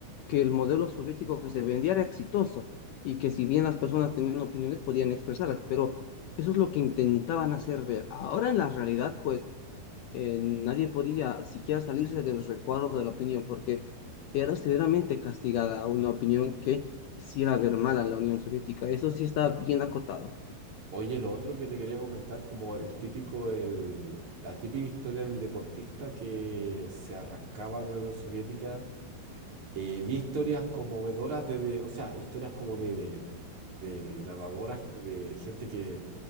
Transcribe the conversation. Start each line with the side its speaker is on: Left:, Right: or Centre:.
Left: que el modelo soviético que se vendía era exitoso y que si bien las personas tenían opiniones podían expresarlas, pero eso es lo que intentaban hacer ver. Ahora en la realidad, pues eh, nadie podía siquiera salirse del recuadro de la opinión, porque era severamente castigada una opinión que hiciera ver mal a la Unión Soviética. Eso sí está bien acotado.
Right: Oye, lo otro que te quería comentar, como el típico, el, la típica historia del deportista que se arrancaba de la Unión Soviética Eh, vi historias conmovedoras de, de- o sea, historias como de, de nadadoras, de gente que,